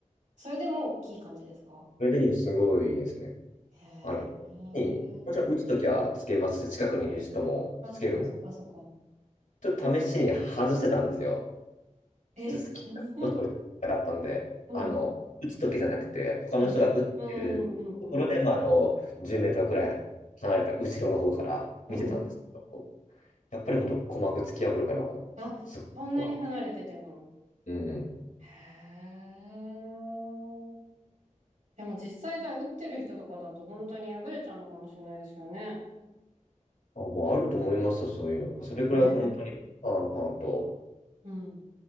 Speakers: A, on the right (about 75°); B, on the left (about 75°).
A: それでもう大きい感じですか
B: これでもすごいですね。
A: へ
B: あの、
A: え。
B: に、もちろん打つときはつけますし、近くにいる人もつけるん
A: あ、そっかそっかそっか。
B: ちょっと試しに外してたんですよ。
A: え
B: ちっ
A: <laughs> うん。
B: と食べてみたかったんで、
A: うん。
B: あの、打つときじゃなくて、他の人が打ってるところで、
A: うんうんうんうん
B: まあ、あの、10メートルくらい離れた後ろの方から見てたんですけど、
A: うん。
B: やっぱり本当鼓膜突き破るかな、
A: あ、
B: すごいは。
A: そんなに離れてても。
B: うん。
A: へえ。でも実際だ、打ってる人とかだと本当に破れちゃうのかもしれないですよね。
B: あ、もうあると思いますよ、そういうの。それくらい本当にパンパンと。
A: ね。うん。